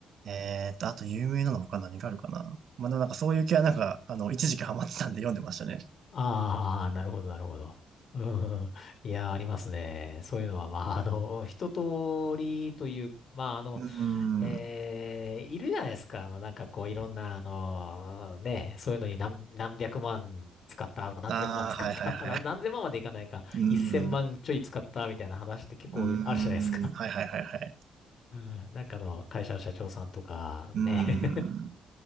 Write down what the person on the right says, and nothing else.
えーと、あと有名なの他何があるかな。まあでもなんかそういう系はなんか、あの、一時期ハマってたんで読んでましたね。
うー
ん。
ああ、はいはいは
い。<laughs> うーん。
うーん。はいはいはいはい。
うーん。